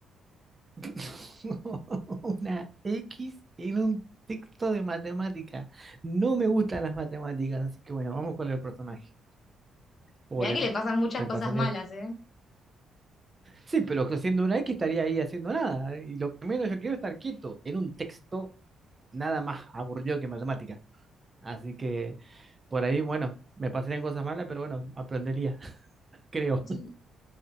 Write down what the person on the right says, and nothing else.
<laughs> una X en un texto de matemática. No me gustan las matemáticas, así que bueno, vamos con el personaje. Pobre,
me
pasaría.
Sí, pero que siendo una X estaría ahí haciendo nada. ¿eh? Y lo que menos yo quiero es estar quieto en un texto nada más aburrido que matemática. Así que por ahí, bueno, me pasarían cosas malas, pero bueno, aprendería, <laughs> creo.